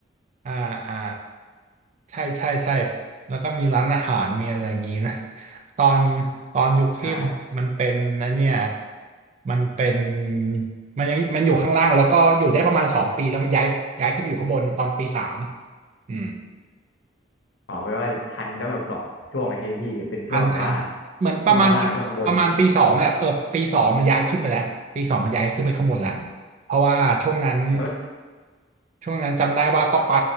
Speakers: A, on the right; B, on the left.
A: <laughs> อ่าอ่า ใช่ใช่ใช่แล้วก็มีร้านอาหารมีอะไรอย่างนี้นะ <laughs> ตอนตอนยุคพี่มันเป็นนะเนี่ย
B: ใช่
A: มันเป็นมันยังมันอยู่ข้างล่างแล้วก็อยู่ได้ประมาณสองปีแล้วมันย้ายย้ายขึ้นมาอยู่ข้างบนตอนปีสามอืม
B: ขอไปว่าทันตั้งแบบสองช่วงเลยพี่เป็นช่วงแบบว่า
A: ทันทันเหมือนประมาณ
B: ช่วงข้างล่างกับช่วงข้างบน
A: ประมาณปีสองอะเออปีสองมันย้ายขึ้นไปแล้วปีสองมันย้ายขึ้นไปข้างบนแล้วเพราะว่าช่วงนั้น
B: แล้วมัน
A: ช่วงนั้นจำได้ว่าก็ไป